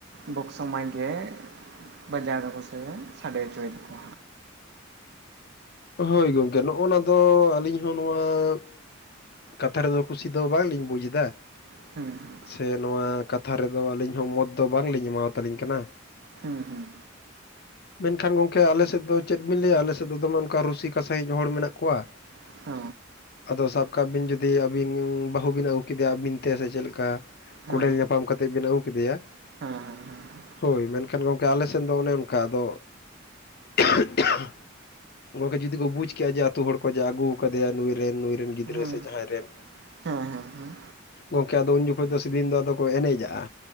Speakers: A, on the right; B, on the left.
A: ᱵᱚᱠᱥᱚ ᱢᱟᱭᱤᱠ ᱜᱮ ᱼᱼ ᱵᱟᱡᱟᱣ ᱫᱟᱠᱚ ᱥᱮ ᱥᱟᱰᱮ ᱦᱚᱪᱚᱭ ᱫᱟᱠᱚ᱾
B: ᱦᱳᱭ ᱜᱚᱝᱠᱮ ᱱᱚᱜ-ᱚᱱᱟ ᱫᱚ ᱟᱹᱞᱤᱧ ᱦᱚᱸ ᱱᱚᱣᱟ ᱼᱼ ᱠᱟᱛᱷᱟ ᱨᱮᱫᱚ ᱠᱩᱥᱤ ᱫᱚ ᱵᱟᱝᱞᱤᱧ ᱵᱩᱡ ᱮᱫᱟ᱾
A: <inaudible>
B: ᱥᱮ ᱱᱚᱣᱟ ᱠᱟᱛᱷᱟ ᱨᱮᱫᱚ ᱟᱞᱤᱧ ᱦᱚᱸ ᱢᱚᱛ ᱫᱚ ᱵᱟᱝᱞᱤᱧ ᱮᱢᱟᱣ-ᱟ ᱛᱟᱞᱤᱧ ᱠᱟᱱᱟ᱾
A: ᱦᱩᱸ ᱦᱩᱸ
B: ᱢᱮᱱᱠᱷᱟᱱ ᱜᱚᱝᱠᱮ ᱟᱞᱮ ᱥᱮᱫ ᱫᱚ ᱪᱮᱫ ᱵᱤᱱ ᱞᱟᱹᱭᱟ ᱟᱞᱮ ᱥᱮᱫ ᱫᱚᱢᱮ ᱚᱱᱠᱟ ᱨᱩᱥᱤᱠᱟ ᱥᱟᱸᱦᱤᱡ ᱦᱚᱲ ᱢᱮᱱᱟᱜ ᱠᱚᱣᱟ᱾
A: <unintelligible>
B: ᱟᱫᱚ ᱥᱟᱵ ᱠᱟᱜ ᱵᱤᱱ ᱡᱩᱫᱤ ᱟᱵᱤᱱ ᱵᱟᱦᱩ ᱵᱤᱱ ᱟᱜᱩ ᱠᱮᱫᱮᱭᱟ ᱟᱵᱤᱱ ᱛᱮ ᱥᱮ ᱪᱮᱫ ᱞᱮᱠᱟ
A: ᱦᱩᱸ
B: ᱠᱚᱸᱰᱮᱞ ᱧᱟᱯᱟᱢ ᱠᱟᱛᱮᱫ ᱵᱤᱱ ᱟᱜᱩ ᱠᱮᱫᱮᱭᱟ,
A: <unintelligible>
B: ᱦᱳᱭ ᱢᱮᱱᱠᱷᱟᱱ ᱜᱚᱝᱠᱮ ᱟᱞᱮ ᱥᱮᱱ ᱫᱚ ᱚᱱᱮ ᱚᱱᱠᱟ ᱟᱫᱚ <unintelligible> ᱜᱚᱝᱠᱮ ᱡᱩᱫᱤ ᱠᱚ ᱵᱩᱡ ᱠᱮᱭᱟ ᱡᱮ ᱟᱛᱩ ᱦᱚᱲ ᱠᱚ ᱟᱜᱩ ᱠᱟᱫᱮᱭᱟ ᱱᱩᱭᱨᱮᱱ ᱱᱩᱭ ᱨᱮᱱ ᱜᱤᱫᱼᱼ
A: ᱦᱮᱸ
B: ᱜᱤᱫᱽᱨᱟᱹ ᱥᱮ ᱡᱟᱦᱟᱸᱭ ᱨᱮᱱ
A: ᱦᱮᱸ ᱦᱮᱸ ᱦᱮᱸ ᱦᱮᱸ ᱦᱮᱸ ᱦᱮᱸ ᱦᱮᱸ ᱦᱮᱸ ᱦᱮᱸ
B: ᱜᱚᱝᱠᱮ ᱟᱫᱚ ᱩᱱ ᱡᱚᱠᱷᱚ ᱫᱚ ᱥᱮᱫᱤᱱ ᱫᱚ ᱟᱫᱚ ᱠᱚ ᱮᱱᱮ ᱡᱟᱜᱼᱟ